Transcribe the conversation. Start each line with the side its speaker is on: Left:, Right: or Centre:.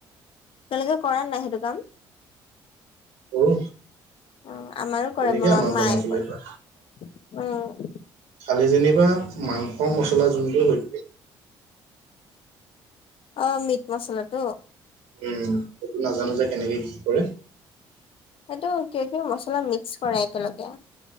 Left: তেওঁলোকে কৰা নাই সেইটো কাম
Right: কৰো
Left: অ আমাৰো
Right: তেনেকে
Left: কৰে মায়ে
Right: আমাৰ বনাই পেলাই
Left: কৰে
Right: থোৱা
Left: <unintelligible>
Right: খালি যেনিবা মাংস মছলা যোনটো হৈ থ
Left: অ মিট মচলাটো
Right: উম সেইটো নাজানো যে কেনেকে কি কৰে।
Left: সেইটো কিবা কিবা মছলা মিক্স কৰে একেলগেই।